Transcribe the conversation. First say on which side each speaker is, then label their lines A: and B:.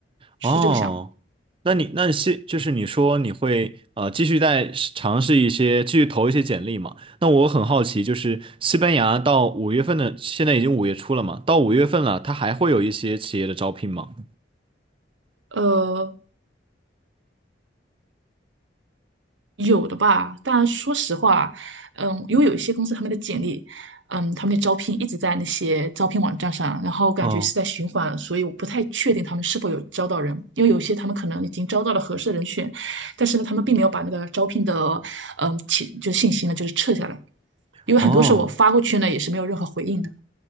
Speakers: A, on the right; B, on the right.
A: 是这个想法。
B: 哦，那你那现就是你说你会呃继续再试尝试一些，继续投一些简历嘛？那我很好奇，就是西班牙到五月份的，现在已经五月初了嘛，到五月份了，它还会有一些企业的招聘吗？
A: 呃，有的吧，但说实话，嗯，因为有一些公司他们的简历，嗯，他们的招聘一直在那些招聘网站上，然后感觉是在循环，
B: 嗯，
A: 所以我不太确定他们是否有招到人，因为有些他们可能已经招到了合适的人选，但是呢，他们并没有把那个招聘的，嗯，其就信息呢，就是撤下来，因为很多时候我发过去呢，
B: 哦。
A: 也是没有任何回应的。